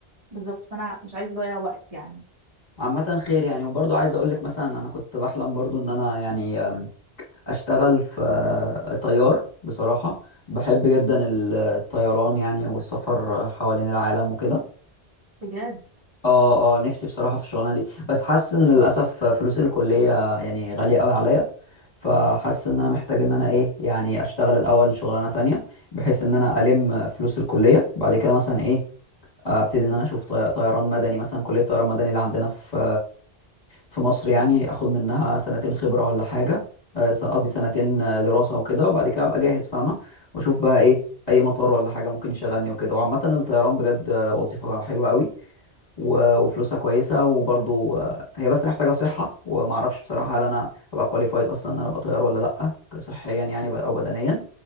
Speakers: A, on the right (about 35°); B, on the left (about 40°).
A: بالظبط فانا مش عايزه اضيع وقت يعني
B: عامة خير يعني وبرضو عايز اقول لك مثلا انا كنت بحلم برضو ان انا يعني أم، اشتغل في آه، طيار بصراحة بحب جدا ال- الطيران يعني والسفر حوالين العالم وكده
A: بجد
B: اه اه نفسي بصراحة في الشغلانة دي بس حاسس ان للأسف فلوس الكلية يعني غالية قوي عليا فحاسس ان انا محتاج ان انا ايه يعني اشتغل الاول شغلانة تانية بحيث ان انا الم فلوس الكلية بعد كده مثلا ايه ابتدي ان انا اشوف طي- طيران مدني مثلا كلية طيران مدني اللي عندنا في في مصر يعني اخد منها سنتين خبره ولا حاجه آه، س- قصدي سنتين آه، دراسه وكده وبعد كده ابقى جاهز فاهمه واشوف بقى ايه اي مطار ولا حاجه ممكن يشغلني وكده وعامه الطيران بجد آه، وظيفه حلوه قوي و- وفلوسها كويسه وبرضو آه، هي بس محتاجه صحه وما اعرفش بصراحه هل انا ابقى كواليفايد اصلا ان انا ابقى طيار ولا لا صحيا يعني ب- او بدنيا